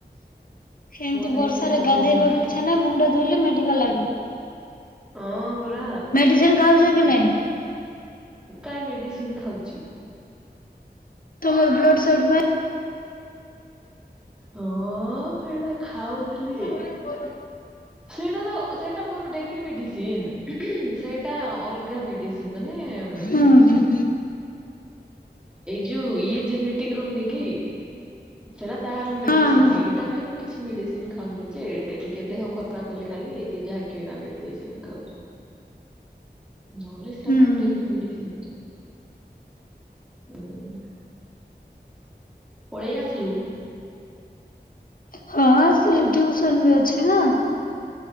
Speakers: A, on the left (about 55°); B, in the centre.
A: ଏମିତି
B: ନାହିଁ
A: ବର୍ଷାରେ
B: ବୋଲି ଗନ୍ଧିସନ୍ଧି
A: ଗାଧେଇବାକୁ
B: ହେଇଯିବ।
A: ଇଚ୍ଛା ନାଇଁ ମୁଣ୍ଡ ଧୋଇଲେ ମେଡ଼ିକାଲ ଲାଗୁ
B: ହଁ ପରା
A: ମେଡିସିନ ଖାଉଛ କି
B: ଉଁ।
A: ନାଇଁ
B: କାଇଁ ମେଡିସିନ ଖାଉଛି?
A: ତୁମର ବ୍ଲଡ଼ ଶର୍ଟ କାଇଁ
B: ହଁ ହେଇଟା ଖାଉଥିଲି
A: <inaudible>
B: ସେଇଟା ତ ଅ ସେଟା ମୋର ଡେଲି ମେଡ଼ିସିନ ସେଟା ଅ-ଅଲଗା ମେଡ଼ିସିନ ମାନେ
A: ହୁଁ ହୁଁ।
B: ଉଁ ଏଇ ଯୋଉ ଇଏ ଜେନେଟିକ ରହୁନି କି। ସେଟା ତାର ମେଡ଼ିସିନ
A: ହଁ ହଁ
B: ଏଇଟା ପାଇଁ ମୁଁ କିଛି ମେଡ଼ିସିନ ଖାଉନି ଯେ ଏ ଟିକେ ଦେହ ଖ ର କଲେ ଖାଲି ଯାହା କିଣା ମେଡ଼ିସିନ ଖାଉଛି। ନହେଲେ ସେଟା
A: ହୁଁ
B: ମୋର ଡେଲି
A: ହୁଁ।
B: ମେଡ଼ିସିନ ଅଛି। ହୁଁ। ପଳେଇ ଆସିଲୁ।
A: ହଁ ଆସିଲି ଟିଉସନ ବି ଅଛି ନା।